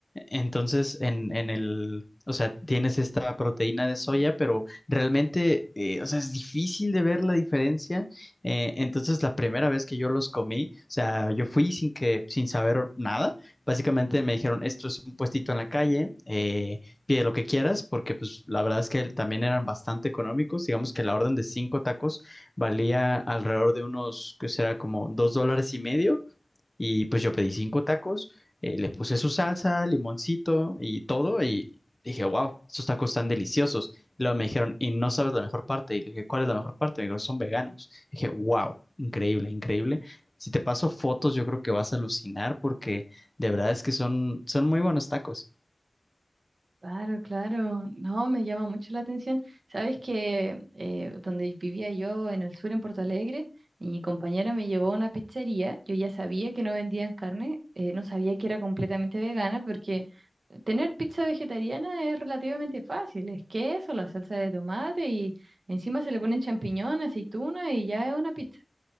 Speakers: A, on the left; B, on the right.
A: Entonces, en, en el, o sea, tienes esta proteína de soya, pero realmente, eh, o sea, es difícil de ver la diferencia. Eh, entonces, la primera vez que yo los comí, o sea, yo fui sin que, sin saber nada. Básicamente me dijeron, esto es un puestito en la calle, eh, pide lo que quieras, porque pues la verdad es que también eran bastante económicos. Digamos que la orden de cinco tacos valía alrededor de unos, que será como dos dólares y medio. Y pues yo pedí cinco tacos, eh, le puse su salsa, limoncito y todo. Y dije, wow, estos tacos están deliciosos. Y luego me dijeron, y no sabes la mejor parte. Y le dije, ¿cuál es la mejor parte? Me dijeron, son veganos. Y dije, wow, increíble, increíble. Si te paso fotos, yo creo que vas a alucinar porque de verdad es que son, son muy buenos tacos.
B: Claro, claro. No, me llama mucho la atención. Sabes que eh, donde vivía yo en el sur, en Porto Alegre, mi compañera me llevó a una pizzería. Yo ya sabía que no vendían carne, eh, no sabía que era completamente vegana, porque tener pizza vegetariana es relativamente fácil. Es queso, la salsa de tomate y encima se le ponen champiñón, aceituna y ya es una pizza.